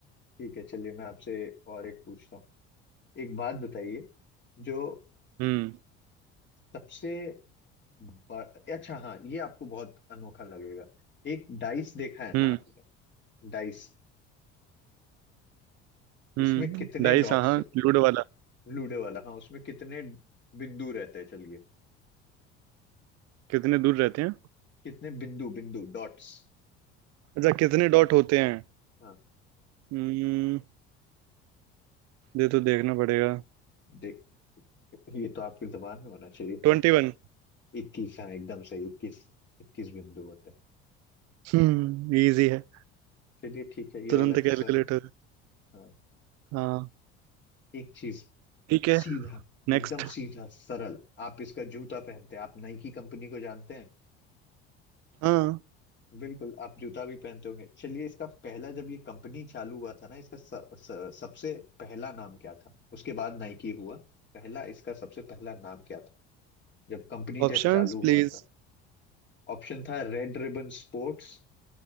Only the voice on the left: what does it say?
ठीक है चलिए मैं आपसे और एक पूछता हूँ एक बात बताइए जो
सबसे बड़ा अच्छा हाँ ये आपको बहुत अनोखा लगेगा एक डाइस देखा है ना
आपने डाइस
उसमें कितने
डॉट्स
लूडो वाला हाँ उसमें कितने बिंदु रहते हैं चलिए
कितने बिंदु बिंदु डॉट्स
हाँ
देख ये तो आपकी जबान में होना चाहिए
इक्कीस हाँ एकदम सही इक्कीस इक्कीस बिंदु होते हैं
चलिए ठीक है ये वाला
तो
सरल
हाँ
एक चीज
सीधा
एकदम सीधा सरल आप इसका जूता पहनते हैं आप नाइकी कंपनी को जानते हैं
बिल्कुल आप जूता भी पहनते होंगे चलिए इसका पहला जब ये कंपनी चालू हुआ था ना इसका स, स, सबसे पहला नाम क्या था उसके बाद नाइकी हुआ पहला इसका सबसे पहला नाम क्या था जब कंपनी
जस्ट चालू
हुआ था ऑप्शन था red ribbon sports